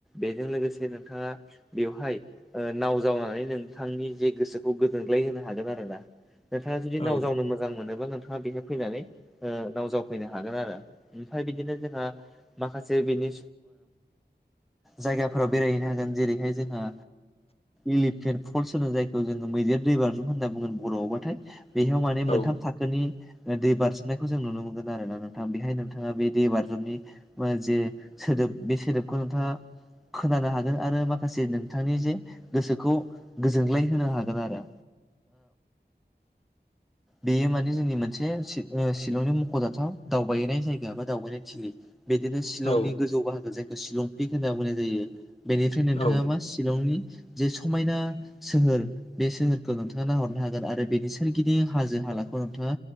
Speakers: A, in the centre; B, on the left (about 35°).
A: बेजों लोगोसे नोंथाङा बेवहाय ओ नाव जावनानै नोंथांनि जे गोसोखौ गोदोनग्लाय होनो हागोन आरो ना। नोंथाङा जुदि
B: औ
A: नाव जाव मोजां मोनोबा नोंथाङा बेनि फैनानै नाव जावफैनो हागोन आरो। ओमफ्राय बिदिनो जोंहा माखासे बिनि जायगाफोराव बेरायहैनो हागोन जेरैहाय जोंओ एलिफेन्ट फल्स होनो जायखौ जोङो मैदेर दै बार्रुम होनना बुङोन बर'आवबाथाय बेयाव माने
B: औ
A: मोनथाम थाखोनि दै बारजुमनायखौ जों नुनो मोनगोन आरो ना। नोंथांआ बेहाय नोंथाङा बे दै बाज्रुमनि जे सोदोब बे सोदोबखौ नोंथाङा खोनानो हागोन। आरो माखासे नोंथांनि जे गोसोखौ गोजोनग्लाय होनो हागोन आरो।
B: <inaudible>
A: बेयो माने जोंनि मोनसे शिलंनि मख'जाथाव दावबायैनाय जायगा ए बा दावबायनाय थिलि। बिदिनो शिलंनि
B: औ
A: गोजौ बाहागो जायखौशिलं पिक होनना बुंनाय जायो। बेनिफ्राय नोंथाङा
B: औ
A: मा शिलंनि जे समायना सोहोर बे सोहोरखौ नोंथाङा नाहरनो हागोन। आरो बेनि सोरगिदिं हाजो हालाखौ नोंथाङा